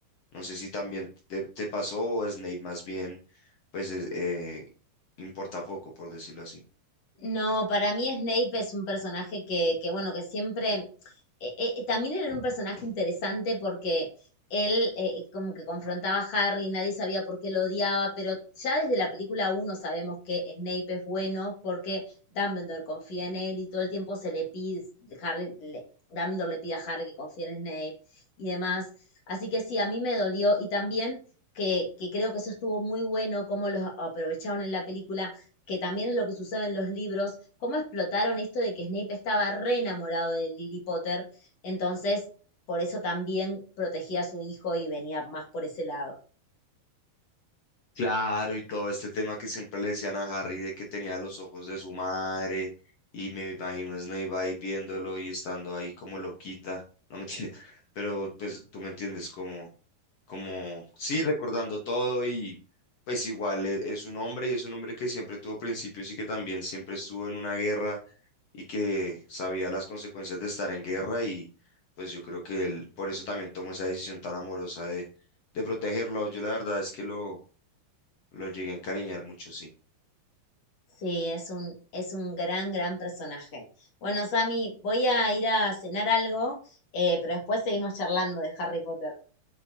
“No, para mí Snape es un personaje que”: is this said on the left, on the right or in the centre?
Left